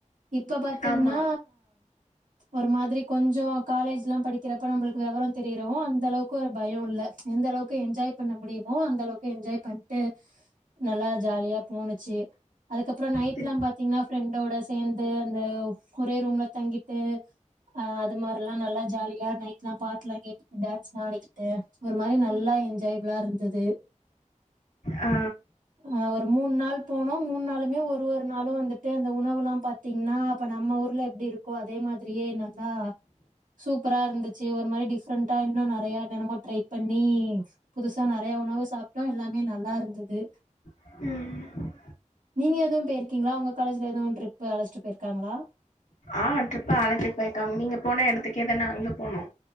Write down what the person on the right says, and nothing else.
இப்ப த்தீங்னா
ஒரு மாதிரி கொஞ்சோ காலேஜ்லா படிக்கிறப்ப நம்மளுக்கு வெவரம் தெரியிறவு அந்த அளவுக்கு ஒரு பயோ இல்ல எந்த அளவுக்கு எஞ்ஜாய் பண்ண முடியுமோ அந்த அளவுக்கு எஞ்ஜாய் பண்ட்டு நல்லா ஜாலியா போணுச்சு அதுக்கப்றோ நைட்லா
பாத்தீங்கன்னா ஃப்ரெண்டோட சேந்து அந்த ஒரே ரூம்ல தங்கிட்டு அ அது மாரிலா நல்லா ஜாலியா நைட்லா பாட்டுலா கேட்டுட்டு டான்ஸ்லா ஆடிக்கிட்டு ஒரு மாரி நல்லா என்ஜாய்பில்லா இருந்துது
ஆ ஒரு மூணு நாள் போனோ மூணு நாளுமே ஒரு ஒரு நாளு வந்துட்டு அந்த உணவுல்லா பாத்தீங்ன்னா இப்ப நம்ம ஊர்ல எப்டி இருக்கோ அதே மாதிரியே நல்லா சூப்பரா இருந்துச்சு ஒரு மாரி டிஃப்ரெண்டா இன்னும் நெறைய என்னனமோ ட்ரை பண்ணி புதுசா நறைய உணவு சாப்ட்டோ எல்லாமே நல்லா இருந்தது
நீங்க எதுவு பேயிருக்கீங்களா உங்க காலேஜ்ல எதுவும் ட்ரிப் அழைச்சிட்டு போயிருக்காங்களா